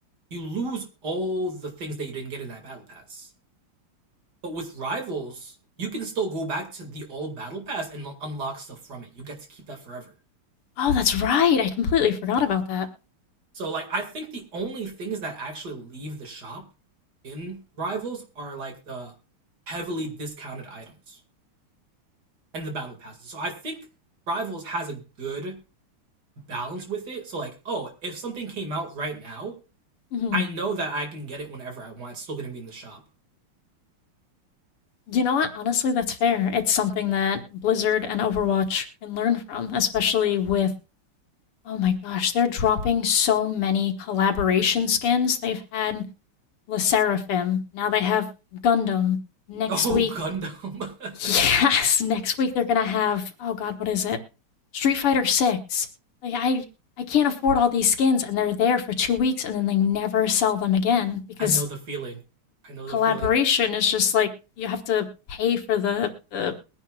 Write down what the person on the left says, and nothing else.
Oh, that's right. I completely forgot about that.
Mm-hmm.
You know what? Honestly, that's fair. It's something that Blizzard and Overwatch can learn from, especially with, oh my gosh, they're dropping so many collaboration skins. They've had La Seraphim, now they have Gundam. Next
week,
<laughs>
yes, next week they're gonna have, oh god, what is it? Street Fighter 6. Like I I can't afford all these skins and they're there for 2 weeks and then they never sell them again because
collaboration
is just like you have to pay for the the